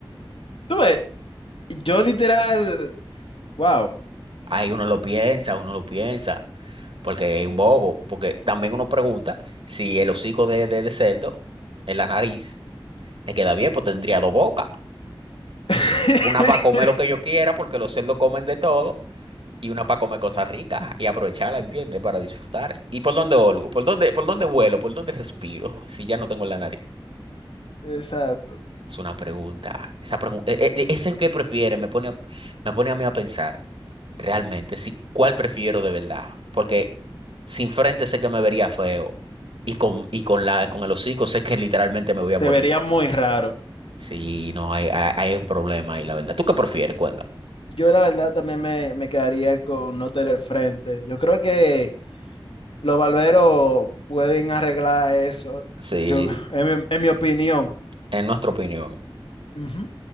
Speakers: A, on the left; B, on the right.
A: tú ves, yo literal, wow.
B: Ahí uno lo piensa, uno lo piensa, porque es un bobo, porque también uno pregunta si el hocico de, de, de cerdo en la nariz le queda bien, pues tendría dos bocas,
A: <laughs>
B: una para comer lo que yo quiera, porque los cerdos comen de todo, y una para comer cosas ricas y aprovecharla, ¿entiendes? Para disfrutar. ¿Y por dónde olgo? ¿Por dónde, por dónde vuelo? ¿Por dónde respiro? <laughs> Si ya no tengo la nariz.
A: Exacto.
B: Es una pregunta. Esa pregunta es el que prefiere, me pone, a- me pone a mí a pensar. Realmente, sí. ¿Cuál prefiero de verdad? Porque sin frente sé que me vería feo. Y con, y con la, con el hocico sé que literalmente me voy a
A: Te
B: morir.
A: vería muy raro.
B: Sí, no, hay, hay, hay un problema ahí, la verdad. ¿Tú qué prefieres? Cuéntame.
A: Yo la verdad también me, me quedaría con no tener frente. Yo creo que los barberos pueden arreglar eso.
B: Sí,
A: Yo, <laughs> en mi, en mi opinión.
B: en nuestra opinión.
A: Ujú.